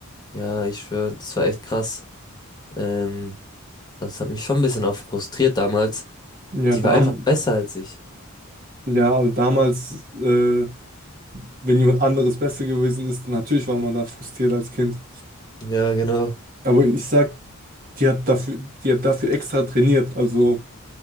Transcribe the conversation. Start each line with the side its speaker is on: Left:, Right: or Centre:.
Left: Ja, ich schwöre, das war echt krass. Ähm, das hat mich schon ein bisschen auch frustriert damals.
Right: Ja, Ja.
Left: Die
Right: dam,
Left: war einfach besser als ich.
Right: ja, aber damals, äh, wenn jemand anderes besser gewesen ist, natürlich war man da frustriert als Kind.
Left: Ja, genau.
Right: Aber ich sag, die hat dafür, die hat dafür extra trainiert, also